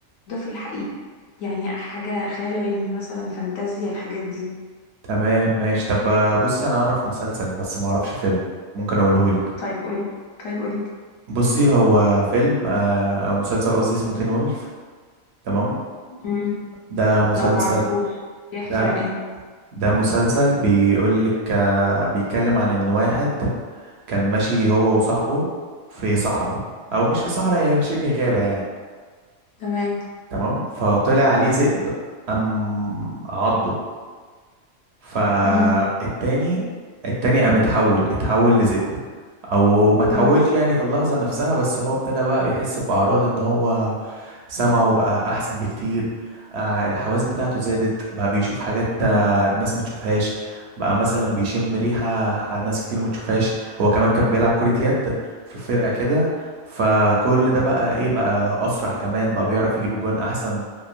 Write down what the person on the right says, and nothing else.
تمام ماشي طب آه، بص انا اعرف مسلسل بس ما اعرفش فيلم ممكن اقوله لك
بصي هو فيلم آه، او مسلسل قصدي اسمه تين وولف تمام
ده مسلسل
ده
ده مسلسل بيقول لك آه، بيتكلم عن ان واحد كان ماشي هو وصاحبه في صحراء او مش في صحراء هي شبه غابه يعني
تمام فطلع عليه ذئب قام عضه فالتاني
التاني قام اتحول اتحول لذئب او ما اتحولش
يعني في اللحظة نفسها بس هو ابتدى بقى يحس بأعراض ان هو سمعه بقى احسن بكتير آه الحواس بتاعته زادت بقى بيشوف حاجات
آه الناس ما تشوفهاش بقى مثلا بيشم ريحة ح- ناس كتير ما تشوفهاش هو كمان كان بيلعب كرة يد في فرقة كده فكل ده بقى ايه بقى اسرع كمان بقى بيعرف يجيب جوان احسن